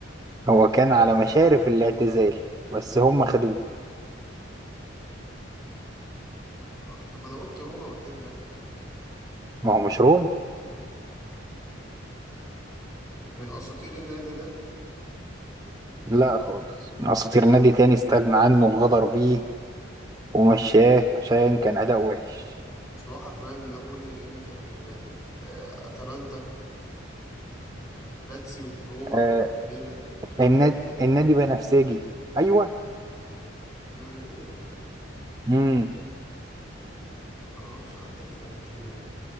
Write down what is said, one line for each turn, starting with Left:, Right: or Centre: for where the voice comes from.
Right: هو كان على مشارف الاعتزال بس هم خدوه
Left: آه، طب ما انا قلت روما قلت لي لا
Right: ما هو مش روم
Left: طب من اساطير النادي ده
Right: لا خالص من اساطير نادي تاني استغنى عنه وغدر بيه ومشاه عشان كان اداء وحش
Left: اصل هو حرفيا نابولي انتر ميلان آه، اتلانتا لاتسيو روما
Right: آه
Left: ميلان فيورنتينا
Right: النادي النادي بنفسجي ايوه
Left: فيورنتينا
Right: امم
Left: طب ما انا معرفش حد في فيورنتينا